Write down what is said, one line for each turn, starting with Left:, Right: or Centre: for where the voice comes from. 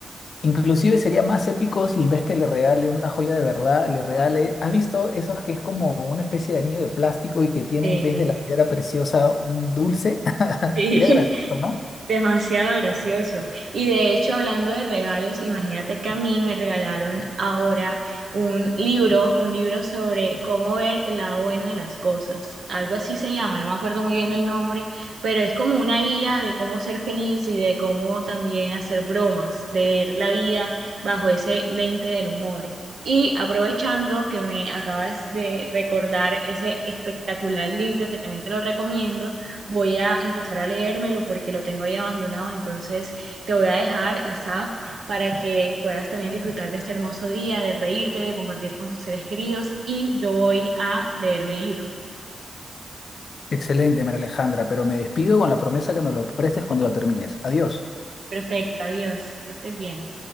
Left: Inclusive sería más épico si en vez que le regale una joya de verdad, le regale, ¿has visto esos que es como una especie de anillo de plástico y que tiene
Right: Sí,
Left: en vez de la piedra preciosa un dulce? <laughs>
Right: sí,
Left: Sería gracioso,
Right: <laughs>
Left: ¿no?
Right: demasiado gracioso. Y de hecho, hablando de regalos, imagínate que a mí me regalaron ahora un libro, un libro sobre cómo ver el lado bueno de las cosas. Algo así se llama, no me acuerdo muy bien del nombre, pero es como una guía de cómo ser feliz y de cómo también hacer bromas, de ver la vida bajo ese lente del humor. Y aprovechando que me acabas de recordar ese espectacular libro que también te lo recomiendo, voy a empezar a leérmelo porque lo tengo ahí abandonado. Entonces te voy a dejar, Asaf, para que puedas también disfrutar de este hermoso día, de reírte, de compartir con tus seres queridos y yo voy a leer mi libro.
Left: Excelente, María Alejandra, pero me despido con la promesa que me lo prestes cuando lo termines. Adiós.
Right: Perfecto, adiós, que estés bien.